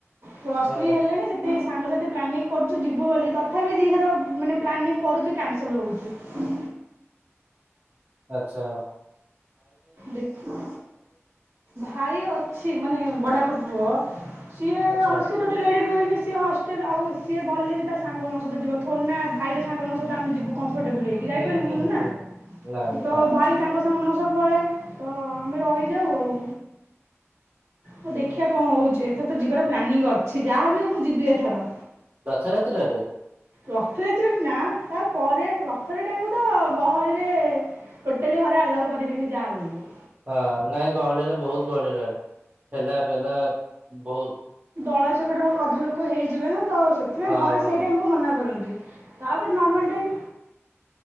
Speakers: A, on the right (about 65°); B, on the right (about 40°).
A: ପ୍ଲସ
B: ହଁ
A: ଥ୍ରୀ ହେଲାଣି ସେଥି ସାଙ୍ଗସଥି ପ୍ଲାନିଙ୍ଗ କରୁଛୁ ଯିବୁ ବୋଲି ତଥାପି ଦିଇଥର ମାନେ ପ୍ଲାନିଂ କରୁଛୁ କ୍ୟାନସଲ ହଉଛି।
B: ଆଛା।
A: ଦେଖ ଭାଇ ଅଛି ମାନେ ବଡ ପୁଅ ସିଏ
B: ଆଚ୍ଛା
A: ହ ସିଏ ଟୋଟାଲି ଏଠି ରୁହେନି ସିଏ ହଷ୍ଟେଲ ଆଉ ସିଏ ଗଲେ ବି ତା ସାଙ୍ଗମାନଙ୍କ ସହିତ ଯିବ ଥୋଡ଼ିନା ଭାଇର ସାଙ୍ଗମାନଙ୍କ ସହିତ ଆମେ ଯିବୁ। କଂଫର୍ତବ୍ଲେ ହେଇକି ଯାଇପାରିବୁନି
B: ହୁଁ ହୁଁ
A: ନା?
B: ହୁଁ। ନାଇଁ
A: ତ
B: ହଁ
A: ଭାଇ ତାଙ୍କ ସାଙ୍ଗମାନଙ୍କ ପଳାଏ ତ ଆମେ ରହିଯାଉ ଆଉ। ହଁ ଦେଖିବା କଣ ହଉଛି ଏଥର ତ ଯିବାର ପ୍ଲାନିଂ ଅଛି। ଯାହା ବିି ହଉ ମୁଁ ଯିବି ଏଥର।
B: ରଥଯାତ୍ରାରେ?
A: ରଥଯାତ୍ରା ନା ତାପରେ ରଥଯାତ୍ରା ଟାଇମ୍ କୁ ତ ଗହଳିରେ ଟୋଟାଲି ଘରେ ଆଲାଉ କରିବେନି ଯା ବୋଲି।
B: ହଁ ନାଇଁ ଗହଳିରେ ବହୁତ ଗହଳି ରହେ ଠେଲା ଫେଲା ବହୁତ।
A: ଦଳା ଚକଟାରେ ଅଧା ଲୋକ ହେଇଯିବେ ନା ତ ସେଥିପାଇଁ
B: ହଁ
A: ଘରେ
B: ହଁ
A: ସେଇଟାଇମକୁ ମନା କରନ୍ତି। ତାପରେ ନର୍ମାଲ ଟାଇମ